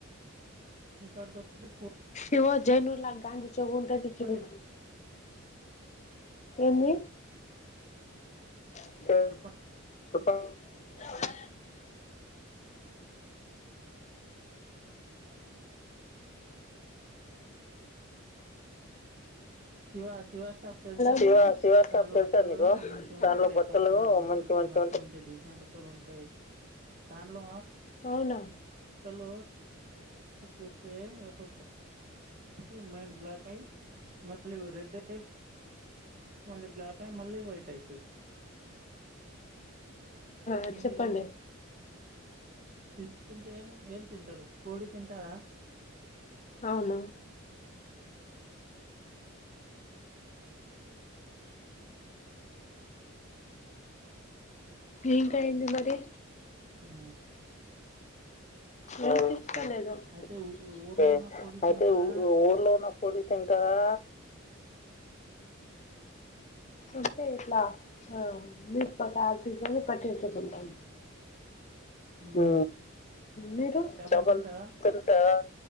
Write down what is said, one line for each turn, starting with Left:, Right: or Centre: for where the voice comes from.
Right: <inaudible>
Left: ఇవ జనూలా గగాధీ చావో ఉంటది
Right: పోండి
Left: చూడు ఏంది <inaudible>
Right: చెప్పండి శివాస్ శివ షాప్ తెలుసా
Left: శివ
Right: నీకు
Left: శివ షాప్
Right: దానిలో
Left: తెలుసా
Right: బట్టలు
Left: నీకు
Right: మంచి మంచి
Left: దాంట్లో
Right: ఉంటాయి
Left: బట్టలు
Right: కలర్ కలర్ బట్టలు ఉంటాయి
Left: మంచివి
Right: మంచి మంచి డిజైన్ డిజైన్ బట్టలు ఉంటాయి దానిలో
Left: అవునా
Right: బట్టలు చూస్తే ఒక ఒకటి మైండ్ బ్లాక్ అయి మళ్ళీ రెడ్ అయి మళ్ళీ బ్లాక్ అయి మళ్ళీ వైట్ అయితది మరి
Left: ఆ చెప్పండి
Right: మీరు తి తింటే ఏం ఏం తింటారు కోడి తింటారా
Left: అవును ఇంకా ఏంటి మరి
Right: మ్మ్.
Left: వినిపిస్త
Right: ఓకే
Left: లేదు
Right: అయితే
Left: ఒకే
Right: ఊ- ఊర్లో ఉన్న కోడి
Left: అయితే
Right: తింటారా
Left: ఊర్లో ఉన్నప్పుడు కోడి తింటారా ఉంటే ఇట్లా ఆ మీ పకాల్ తీసుకొని పట్టించుకుంటాం
Right: మ్మ్.
Left: ఉ మీరు
Right: చేపలు
Left: చాపలు
Right: తింటారా
Left: తింటారా